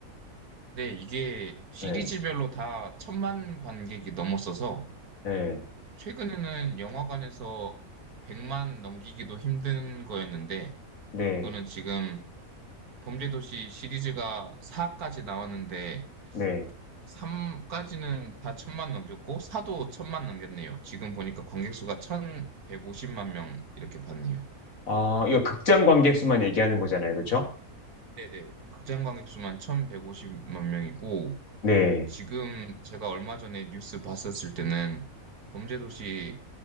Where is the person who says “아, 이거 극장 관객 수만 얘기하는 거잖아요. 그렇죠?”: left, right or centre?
Left